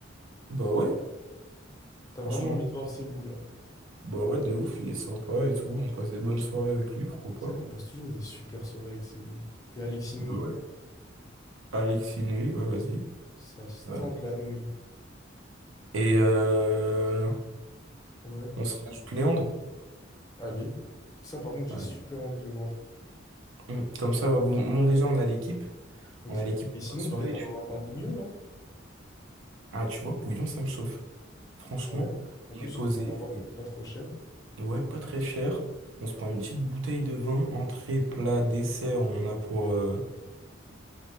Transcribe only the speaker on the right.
Bah ouais,
franchement.
Bah ouais, de ouf, il est sympa et tout. On passe des bonnes soirées avec lui, pourquoi pas.
Bah ouais. Alexis Noé, ouais, vas-y.
Ouais.
Et
euh,
on se rajoute Léandre.
Allez.
Mm, Comme ça, ouais, bon, bon, déjà, on a l'équipe.
On a
l'équipe pour
la soirée.
tu-
Ah, tu vois, bouillon, ça me chauffe. Franchement,
on
est posé.
c'est-
Ouais, pas très cher. On se prend une petite bouteille de vin, entrée, plat, dessert. On en a pour euh,